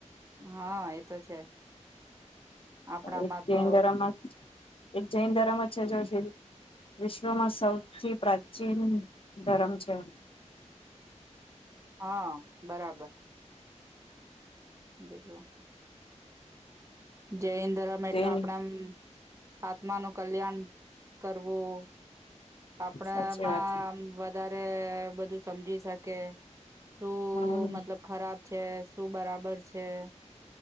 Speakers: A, on the right; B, on the left.
A: હા એતો છે. આપણામાં
B: એક જૈન
A: તો
B: ધર્મમાં જ એક જૈન ધર્મ જ છે જો વિશ્વમાં સૌથી પ્રાચીન ધર્મ છે.
A: હા બરાબર બીજું જૈન ધરમ એટલે
B: જૈન
A: આપણેમ આત્માનું કલ્યાણ કરવું આપડા
B: સાચી
A: માં
B: વાત
A: આમ વધારે બધું સમજી શકે સો
B: હમ
A: મતલબ ખરાબ છે શું બરાબર પ છે